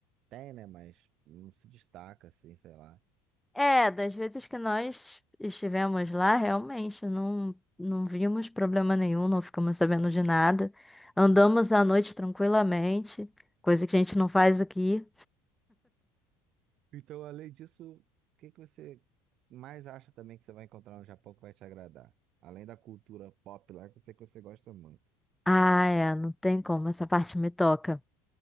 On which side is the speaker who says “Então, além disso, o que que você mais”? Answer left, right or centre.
Right